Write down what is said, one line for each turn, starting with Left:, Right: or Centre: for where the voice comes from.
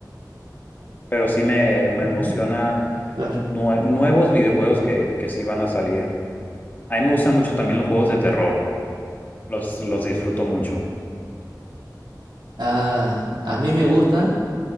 Left: Pero sí me, me
Right: Ujú,
Left: emociona
Right: Claro.
Left: nue- nuevos videojuegos que, que sí van a salir. A mí me gustan mucho también los juegos de terror. Los, los disfruto mucho.
Right: Ah, a mí me gustan,